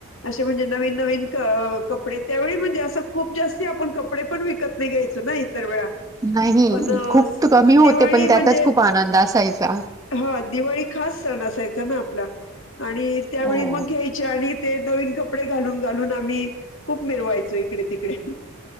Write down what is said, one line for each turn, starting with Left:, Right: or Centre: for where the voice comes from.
Left: अशे म्हणजे नवीन -नवीन क कपडे त्यावेळी म्हणजे असं खूप जास्ती आपण कपडे पण, विकत नाही घ्यायचो ना इतर वेळा.
Right: नाही
Left: पण अ,
Right: खूप
Left: स-
Right: त कमी होते,
Left: दिवाळी
Right: पण त्यातच
Left: म्हणजे
Right: खूप आनंद असायचा.
Left: हा दिवाळी खास सण असायचा ना आपला आणि त्यावेळी
Right: हो
Left: मग घ्याय चे आणि ते नवीन कपडे घालून -घालून आम्हीं खूप मिरवायचो इकडे-तिकडें.